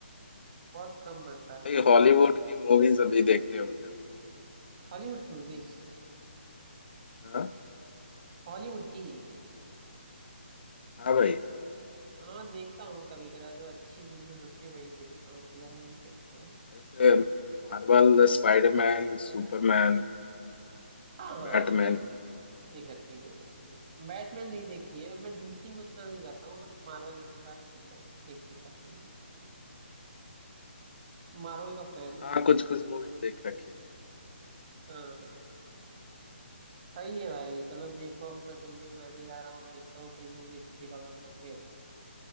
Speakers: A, on the right; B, on the left.
A: बहुत कम बनता है ऐसा
B: भाई
A: मूवी
B: हॉलीवुड की मूवीज अभी देखते हो क्या
A: हॉलीवुड की मूवीज
B: हाँ
A: हॉलीवुड की
B: हाँ भाई
A: हाँ देखता हूँ कभी कदा जो अच्छी मूवीज होती है वही देखता हूँ उससे ज्यादा नहीं देखता हूँ
B: जैसे मार्वल स्पाइडरमैन सुपरमैन
A: हाँ हाँ
B: बैटमैन
A: देख देख रखी है देख रखी है बैटमैन नहीं देखी है मैं डीसी में उतना नहीं जाता हूँ बट मार्वल में मेरा ठीक है देखिए काफी मूवी मार्वल का फैन हूँ
B: हाँ
A: मैं
B: कुछ कुछ मूवीज देख रखी है
A: हाँ हाँ सही है भाई चलो देखो अपना तुम भी मैं भी जा रहा हूँ देखता हूँ कोई मूवी अच्छी सी डाउनलोड करके